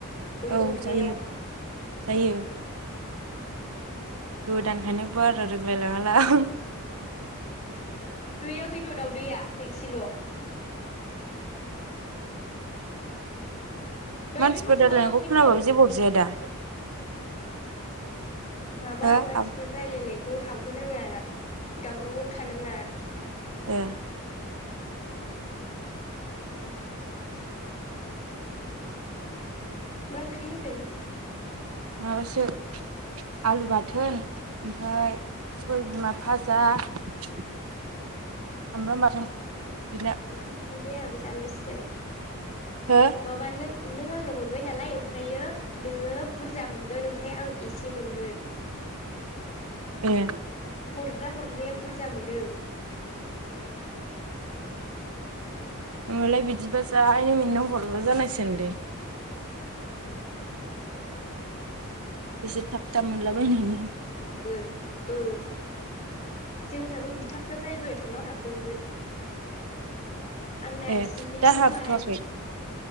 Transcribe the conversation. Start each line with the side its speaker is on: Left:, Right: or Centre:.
Left: बैयाव
Right: औ
Left: हरनायाव।
Right: जायो जायो। गोदानखायनो बारा रोंलायलाङालां।
Left: दैया खैथ दाउदैया दैसेल'। नै
Right: मानसिफोर
Left: बे मोसौआ
Right: रायलायनायखौ
Left: लांफैदो
Right: खोनाबाबो जेबो अरजाया दा?
Left: माबा
Right: हो
Left: मानसिफोर
Right: आब
Left: रायलायनाय खौ हाबहोनाङा दावरावाव थानाङा।
Right: ए।
Left: मा ओंख्रि होनदों?
Right: माबासो। आलु बाथोन ओमफाय सबाय बिमा फाजा। सामब्राम बाथोन। गैला
Left: ओंखाम उखैबाय आंहाबो जानांसिगोन
Right: हो
Left: माबा नों नों आंनो हरबाय नालाय ओमफ्रायो नोङो बुरजा मोनगोन ओमफ्राय आं एसे मोनगोन।
Right: ए।
Left: हरग्रा हरग्राया बुरजा मोनो।
Right: उमलै बिदिबा जायनो मिनो हरग्रा लानांसिगोनलै। एसे थाप थाप मोनलाबायनायनि।
Left: बो औ। जोंनाबो बि थाब थाब रायलायबाय थानायाव हाबदोंमोन। आंना
Right: ए
Left: जिनै
Right: दा
Left: जौबाय।
Right: हाबथ'वाखै